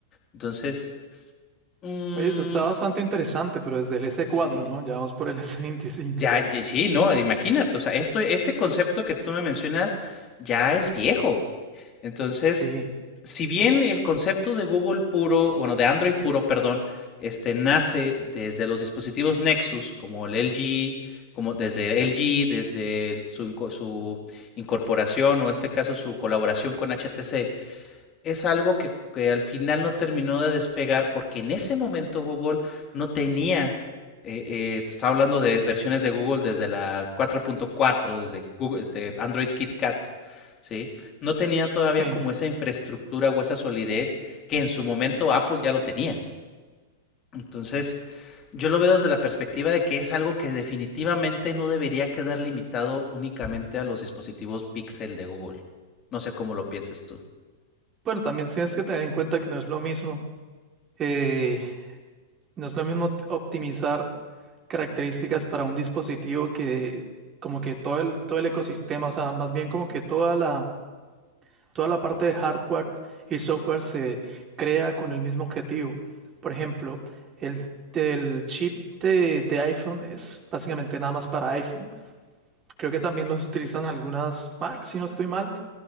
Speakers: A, on the left; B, on the right.
A: Entonces, mm,
B: Oye, eso está bastante interesante, pero desde el s
A: sí.
B: cuatro ¿no? Ya vamos por el <laughs> s veinticinco
A: Ya, ye- sí, no, imagínate, o sea, esto, este concepto que tú me mencionas ya es viejo. Entonces,
B: Sí,
A: si bien el concepto de Google puro, bueno, de Android puro, perdón, este nace desde los dispositivos Nexus, como el LG, como desde LG, desde el- su, inco- su incorporación o en este caso su colaboración con HTC, es algo que, que al final no terminó de despegar porque en ese momento Google no tenía, eh, eh, estaba hablando de versiones de Google desde la cuatro punto cuatro desde, Google, desde Android KitKat, ¿sí? No tenía todavía
B: sí.
A: como esa infraestructura o esa solidez que en su momento Apple ya lo tenía. Entonces, yo lo veo desde la perspectiva de que es algo que definitivamente no debería quedar limitado únicamente a los dispositivos Pixel de Google. No sé cómo lo pienses tú.
B: Bueno, también tienes que tener en cuenta que no es lo mismo. eh, No es lo mismo t- optimizar características para un dispositivo que como que todo el, todo el ecosistema, o sea, más bien como que toda la, toda la parte de hardware y software se crea con el mismo objetivo. Por ejemplo, el, el chip de, de iPhone es básicamente nada más para iPhone. Creo que también los utilizan algunas Mac, si no estoy mal,